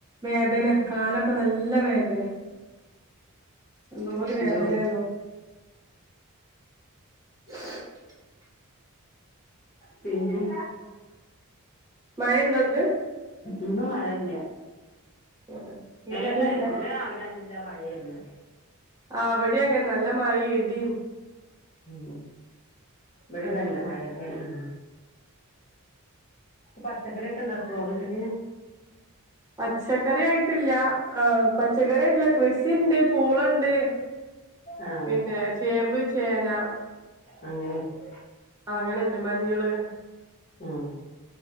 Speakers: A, on the right; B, on the left.
A: വേദന കാലൊക്കെ നല്ല വേദന. എന്തപോ ഒരു വേദനയാന്നോ.
B: എന്തോ
A: <unintelligible>
B: പിന്നെ
A: മഴയുണ്ടോ ഇന്ന്?
B: ഇന്ന് മഴയില്ലന്നല
A: ആഹ് ഇന്ന് ഇവിടേം
B: ഉണ്ടായില്ല
A: ഇല്ല
B: ഇന്നലെ രാവിലെ അല്ല മഴയരുന്നു.
A: ആ അവിടെ അങ്ങെ നല്ല മഴയുംഇടിയും.
B: ഉ ഇവിടെ
A: ഇണ്ടായിന്
B: നല്ല മഴയൊക്കെ ഉം. പച്ചക്കറി ഒക്കെ ഉണ്ടാക്കുമോ വീട്ടിൽ?
A: പച്ചക്കറി ആയിട്ടില്ല ആ പച്ചക്കറി ആയിട്ടില്ല കൃഷിണ്ട് പൂളുണ്ട്.
B: ആഹ്
A: പിന്നെ ചേമ്പ് ചേന
B: അങ്ങനെയൊക്കെ.
A: ആ അങ്ങനെണ്ട് മഞ്ഞള്
B: ഉ